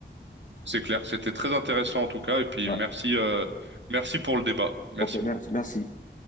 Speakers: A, on the right (about 75°); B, on the left (about 45°).
A: C'est clair. C'était très intéressant en tout cas. Et puis
B: Ouais.
A: merci, euh, merci pour le débat. Merci
B: Ok,
A: beaucoup.
B: merci. merci.